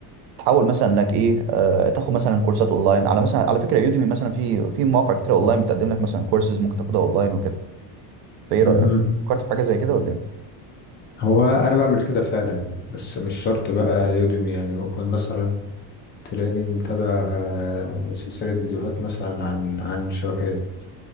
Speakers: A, on the right; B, on the left.
A: تحاول مثلا لك ايه آه، تاخد مثلا كورسات اونلاين على مثلا على فكره يوديمي مثلا في في مواقع كتير اونلاين بتقدم لك مثلا كورسز ممكن تاخدها اونلاين وكده فايه
B: مهم.
A: رايك فكرت في حاجه زي كده ولا ايه
B: هو انا بعمل كده فعلا بس مش شرط بقى يوديمي يعني ممكن مثلا تلاقيني متابع آه، سلسلة فيديوهات مثلا عن عن شبكات